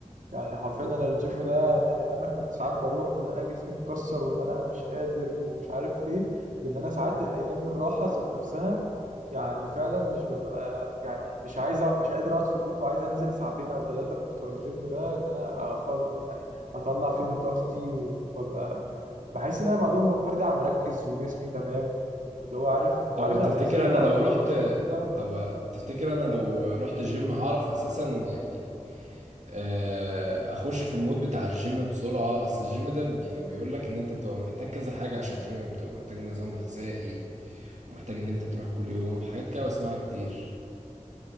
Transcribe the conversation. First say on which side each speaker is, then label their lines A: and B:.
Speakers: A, on the right (about 80°); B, on the right (about 65°).
A: يعني حرفيا انا الجيم ده من ان انا كنت ساعات بروح وان انا جسمي مكسر وان انا مش قادر ومش عارف ايه لان انا ساعات ايام الراحه ذات نفسها يعني فعلا مش ببقى يعني مش عايز أق- مش قادر اقعد في البيت وعايز انزل ساعتين او ثلاثه بتوع الجيم ده ان انا أخل يعني اطلع فيهم طاقتي وابقى بحس ان انا بعدهم برجع مركز وجسمي تمام اللي هو عارف
B: طب
A: عارف
B: تفتكر
A: لما تحس ان انت
B: انا لو
A: على طول
B: رحت
A: نشيط كده
B: طب تفتكر انا لو رحت جيم هعرف اساسا يعني آه، اخش في المود بتاع الجيم بسرعه اصل الجيم ده يعني بيقول لك ان انت بتبقى محتاج كذا حاجه عشان الجيم بتبقى محتاج نظام غذائي ومحتاج ان انت تروح كل يوم حاجات كده بسمعها كتير